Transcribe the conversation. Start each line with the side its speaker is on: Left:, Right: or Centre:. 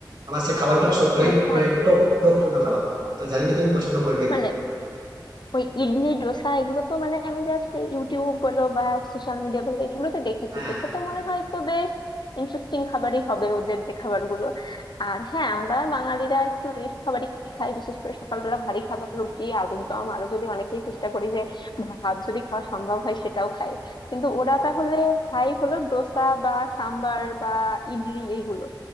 Right: আমার সে খাবারগুলো সবগুলোই
Left: আচ্ছা
Right: মানে টক টক পূর্ণ খাবার তো জানি না তুমি পছন্দ করবে
Left: মানে
Right: কিনা
Left: ওই ইডলি ডোসা এগুলো তো মানে আমি জাস্ট ইউটিউব বলো বা সোশ্যাল মিডিয়া বলো এগুলোতে দেখেছি
Right: হ্যাঁ
Left: দেখে তো মনে হয় তো বেশ ইন্টারেস্টিং খাবারই হবে ওদের যে খাবারগুলো আর হ্যাঁ আমরা বাঙালিরা একটু রিচ খাবারই খাই বিশেষ করে সকালবেলা ভারী খাবার রুটি আলুর দম আরো যদি অনেকেই চেষ্টা করি যে ভাত যদি খাওয়া সম্ভব হয় সেটাও খাই কিন্তু ওরা তাহলে খাই হলো ডোসা বা সাম্বার বা ইডলি এইগুলো